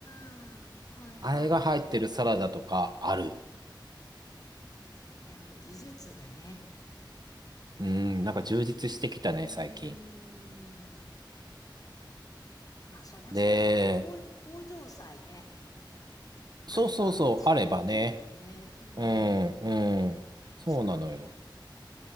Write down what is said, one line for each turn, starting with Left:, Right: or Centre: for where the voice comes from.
Left: ー、はいはい。
Right: あれが入ってるサラダとかある。
Left: やっぱ技術がね。
Right: うん、なんか充実してきたね、
Left: うーん。
Right: 最近。
Left: まあそりゃそうだよね。
Right: で、
Left: 工工場さえね、あればそれできるもんね。
Right: そうそうそう、あればね。
Left: うーん。
Right: うん、うん。
Left: 確かに。
Right: そうなのよ。